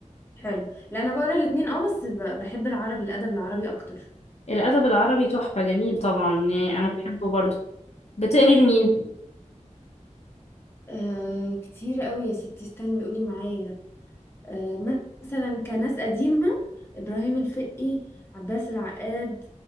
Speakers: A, on the left; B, on the left.
A: حلو لا انا بقرا الاتنين اه بس ب- بحب العربي الادب العربي اكتر
B: الأدب العربي تحفة جميل طبعا يعني أنا
A: أيوة.
B: بحبه برضو بتقري لمين؟
A: آه كتير قوي يا ستي استني قولي معايا آه مثلا كناس قديمة إبراهيم الفقي عباس العقاد